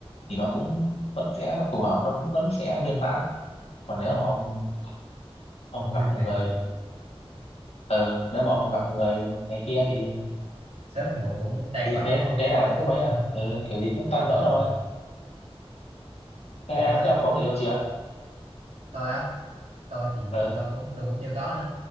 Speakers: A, on the left; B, on the right.
A: thì nó cũng vẫn sẽ phù hợp nó cũng vẫn sẽ viên mãn còn nếu mà ông ông
B: cũng
A: gặp
B: viên mãn
A: người ừ, nếu mà ông gặp người này kia thì,
B: sớm hay muộn cũng tan
A: thì
B: vỡ
A: thế
B: đúng không
A: thế nào nó cũng mấy à.
B: Ừ.
A: ừ, kiểu gì cũng tan
B: à,
A: vỡ thôi thế,
B: kiểu á
A: thế ông có người yêu chưa
B: tôi á tôi thì
A: ừ
B: tôi cũng tôi cũng chưa có nữa